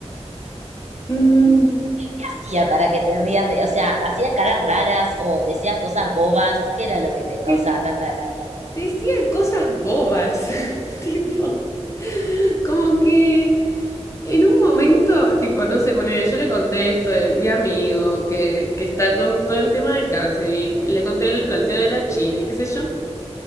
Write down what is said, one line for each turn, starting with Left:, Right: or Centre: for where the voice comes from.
Left: Mm,
Right: ¿Qué hacía para que te rías de, o sea, hacía caras raras o decía cosas bobas? ¿Qué era lo que te causaba
Left: te,
Right: tanta gracia?
Left: te decían cosas bobas. <laughs> tipo, como que en un momento, tipo, no sé, poner, yo le conté esto de mi amigo que, que está con todo el tema del cáncer y le conté el planteo de la China y qué sé yo.